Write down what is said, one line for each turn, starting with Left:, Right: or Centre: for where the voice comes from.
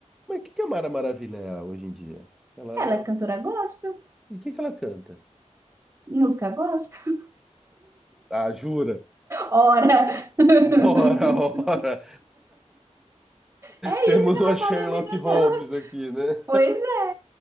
Centre: Mas o que que a Mara Maravilha é hoje em dia? Ela, ela...
Right: Ela é cantora gospel.
Centre: E o que que ela canta?
Right: Música gospel?
Centre: Ah, jura?
Right: Ora! <laughs>
Centre: <laughs> Ora, ora!
Right: É
Centre: Temos
Right: isso que ela
Centre: uma Sherlock
Right: faz na vida
Centre: Holmes
Right: dela.
Centre: aqui, né?
Right: Pois é.